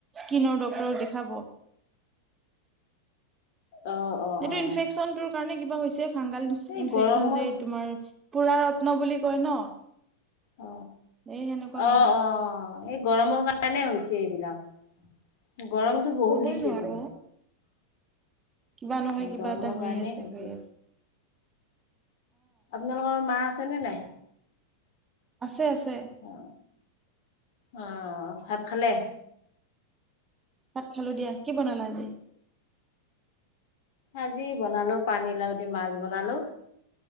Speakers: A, on the right; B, on the left.
A: কিনৰ ডাক্তৰক দেখাব।
B: অ অ
A: সেইটো
B: অ
A: ইনফেকচন টোৰ কাৰণে কিবা হৈছে হাংগাল ইনেফেকচন
B: এই গৰমৰ
A: যে তোমাৰ পু্ৰা ৰত্ন বুলি কয় ন
B: অ
A: এই সেনেকুৱা
B: অহ
A: হৈছে
B: অ। এই গৰমৰ কাৰণে হৈছে এইবিলাক গৰমতটো বহুত
A: কবই
B: দিছে
A: নোৱাৰো
B: তো।
A: কিবা নহয় কিবা
B: গৰমৰ
A: এটা হৈয়ে
B: কাৰণেই
A: আছে
B: হৈছে।
A: হৈয়ে আছ
B: আপোনালোকৰ মা আছেনে নাই?
A: আছে আছে
B: অ আহ ভাত খালে?
A: ভাত খালো দিয়া, কি বনালা আজি?
B: আজি বনালো। পানীলাও দি মাছ বনালো।